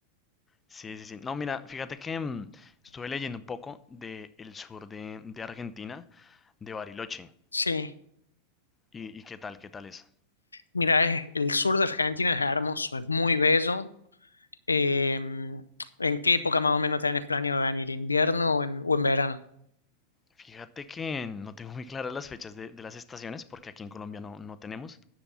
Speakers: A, on the left; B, on the left.
A: sí, sí, sí. No, mira, fíjate que mm, estuve leyendo un poco de el sur de, de Argentina, de Bariloche.
B: Sí,
A: ¿Y, y qué tal, qué tal es?
B: mira, es- el sur de Argentina es hermoso, es muy bello. Eh, ¿en qué época más o menos tenés planeado venir? ¿Invierno o en, o en verano?
A: Fíjate que no tengo muy claras las fechas de, de las estaciones, porque aquí en Colombia no, no tenemos.